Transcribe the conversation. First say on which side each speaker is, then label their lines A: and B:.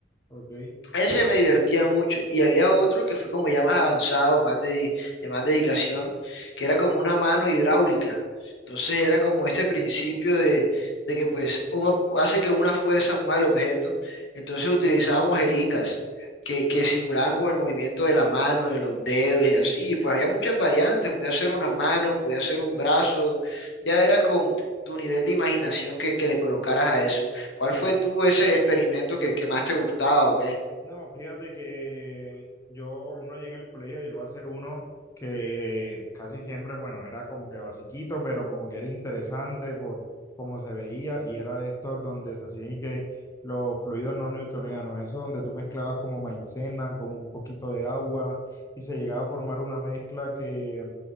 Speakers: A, on the left; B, on the left.
A: Ok.
B: Ese me divertía mucho. Y había otro que fue como ya más avanzado, más de, de más dedicación, que era como una mano hidráulica. Entonces era como este principio de, de que pues uno hace que una fuerza mueva el objeto. Entonces utilizábamos jeringas que, que simulaban como el movimiento de la mano, de los dedos y así. Y pues había muchas variantes. Podía ser una mano, podía ser un brazo. Ya era con tu nivel de imaginación que, que le colocaras a eso.
A: Sí.
B: ¿Cuál fue tú ese experimento que, que más te gustaba o qué?
A: No, fíjate que yo, uno allí en el colegio llegó a ser uno que casi siempre, bueno, era como que basiquito, pero como que era interesante por cómo se veía y era de estos donde se hacían y que los fluidos no newtonianos, eso donde tú mezclabas como maicena con un poquito de agua y se llegaba a formar una mezcla que